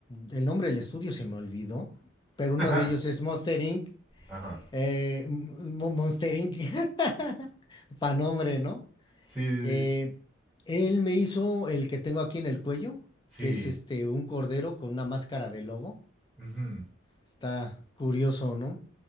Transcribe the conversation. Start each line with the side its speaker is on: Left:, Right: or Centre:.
Left: el nombre del estudio se me olvidó, pero
Centre: <laughs>
Left: uno de ellos es Monster Inc.
Centre: Ajá.
Left: Eh, Mo- Monster Inc. <laughs> Pa' nombre, ¿no?
Centre: Sí,
Left: Eh,
Centre: sí,
Left: él me hizo el que tengo aquí en el cuello,
Centre: sí.
Left: que es este un cordero con una máscara de lobo.
Centre: Ujú.
Left: Está curioso, ¿no?